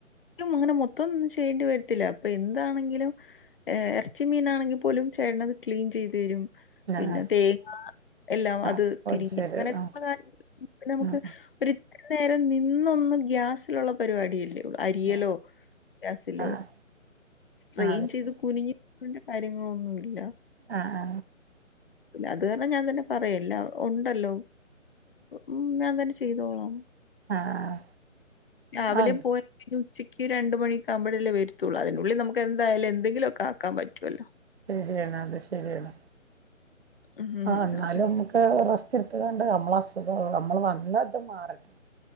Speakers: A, on the left; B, on the right.
A: അങ്ങനെ മൊത്തം ഒന്നും ചെയ്യേണ്ടി വരത്തില്ല അപ്പൊ എന്താണെങ്കിലും ഇറച്ചി മീനാണെങ്കിൽ പോലും ചേട്ടനത് ക്ലീൻ ചെയ്തു തരും പിന്നെ
B: ആഹ്
A: തേങ്ങ എല്ലാം
B: ആഹ്
A: അത് തിരിഞ്ഞ്
B: ശരി
A: അങ്ങനെയൊക്കെള്ള
B: ആഹ്
A: കാര്യങ്ങള് നമുക്ക്
B: ഉം
A: ഒരു ഒത്തിരി നേരം നിന്നൊന്നും ഗ്യാസിലുള്ള പരിപാടീല്ല അരിയലോ
B: ആഹ്
A: ഗ്യാസിലോ
B: ആഹ്
A: സ്ട്രെയിൻ
B: ആഹ് അത്
A: ചെയ്ത്
B: ശരി
A: കുനിഞ്ഞ് ണ്ട് കാര്യങ്ങളൊന്നൂല
B: ആ ആ
A: അത് കാരണം ഞാൻ തന്നെ പറയൂല ഉണ്ടല്ലോ ഉം ഞാൻ തന്നെ ചെയ്തോളാം
B: ആഹ്
A: രാവിലെ
B: ആഹ്
A: പോയ <inaudible> ഉച്ചക്ക് രണ്ട് മണി ഒക്കെ ആവുമ്പോഴല്ലേ വരത്തുള്ളൂ അതിനുള്ളിൽ നമുക്ക് എന്തായാലും എന്തെങ്കിലൊക്കെ ആക്കാൻ പറ്റുവല്ലോ?
B: ശരിയാണ് അത് ശരിയാണ്
A: ഉം.
B: ആ എന്നാലും
A: അതെ.
B: നമുക്ക് റസ്റ്റ് ചിരിത്ത <unintelligible> കണ്ട് നമ്മള അസുഖം നമ്മൾ വന്നത് മാറട്ടെ